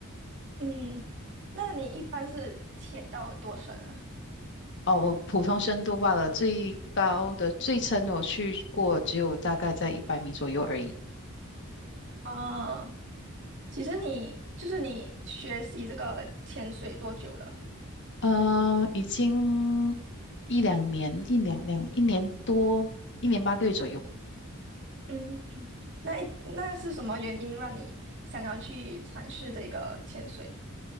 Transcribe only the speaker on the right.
嗯，那你一般是潜到多深啊？
哦，其实你就是你学习这个潜水多久了？
嗯，那一那是什么原因让你想要去尝试这个潜水？